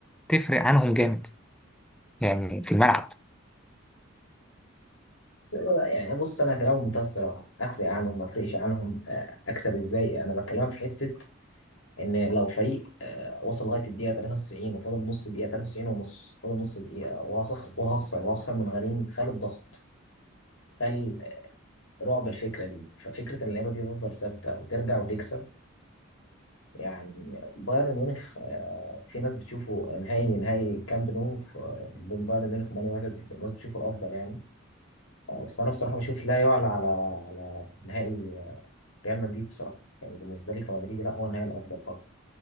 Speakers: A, in the centre; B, on the left.
A: تفرق عنهم جامد يعني في الملعب
B: بس- يعني بص انا كلام بمنتهى الصراحه افرق عنهم ما افرقش عنهم آه، اكسب ازاي انا بكلمك في حته ان لو فريق آه، وصل لغايه الدقيقه 93 وفاضل نص دقيقه 93 ونص فاضل نص دقيقه وهخ- وهخسر وهخسر من غريم خال الضغط خال رعب الفكره دي ففكره ان اللعيبه دي تفضل ثابته وترجع وتكسب يعني بايرن ميونخ آه، في ناس بتشوفه نهائي نهائي كامب نو ف- بين بايرن ميونخ ومان يونايتد الناس بتشوفه الافضل يعني آه، بس انا بصراحه بشوف لا يعلى على على نهائي آه، ريال مدريد بصراحه يعني بالنسبه لي كمدريدي لا هو النهائي الافضل طبعا